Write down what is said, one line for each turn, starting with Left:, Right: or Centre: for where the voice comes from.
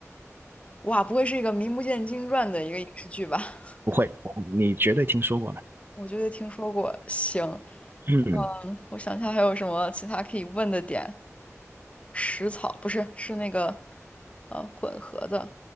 Left: 哇，不会是一个名不见经传的一个影视剧吧？<laughs>
Right: 不会，我你绝对听说过的。
Left: 我觉得听说过。行，
Right: 嗯，
Left: 嗯，我想一下还有什么其他可以问的点。食草不是，是那个呃混合的。